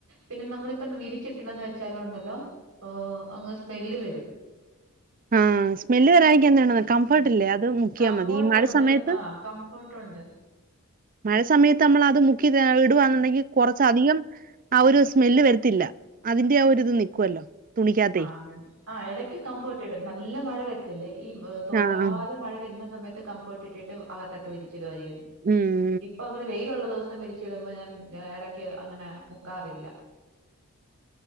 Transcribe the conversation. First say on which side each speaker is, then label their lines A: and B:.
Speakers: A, on the right; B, on the right.
A: പിന്നെ നമ്മളിപ്പൊ വിരിച്ചിട്ടില്ലന്ന് വെച്ച ചാലു ഉണ്ടല്ലോ ആഹ് അങ്ങ് സ്മെല് വരും
B: ആഹ് സ്മെല് വരായിരിക്കാൻ എന്തു വേണോ കംഫോർട്ട്
A: ഉം
B: ഇല്ലേ അത് മുക്കിയാൽ
A: കംഫോർട്ട്
B: മതി ഈ മഴ
A: ഉണ്ട്
B: സമയത്ത്
A: ആ കംഫോർട്ട് ഉണ്ട്
B: മഴ സമയത്ത് നമ്മൾ അത് മുക്കി ഇടുക എന്നുണ്ടെങ്കിൽ കുറച്ച അധികം ആ ഒരു സ്മെല്ല് വരത്തില്ല അതിന്റെ ആഹ് ഒരിത് നിക്കുവല്ലോ തുണിക്കകത്തേ.
A: ആഗ്യം ആ എടയ്ക്ക് കംഫോർട്ട് ഇടും നല്ല മഴ വരത്തില്ലേ ഈ തോരാതെ
B: ആ, ആ.
A: മഴ വരുന്ന സമയത്ത് കംഫോർട്ട് ഇട്ടിട്ടിട്ട് അകത്തക്കെ വിരിച്ചിടുക ചെയ്യുന്നെ
B: ഉംഹ്
A: ഇപ്പൊ അങ്ങനെ വെയിലുള്ള ദിവസം വിരിച്ച് ഇടുമ്പോൾ ഞാൻ എടയ്ക്ക് അങ്ങനെ മുക്കാറില്ല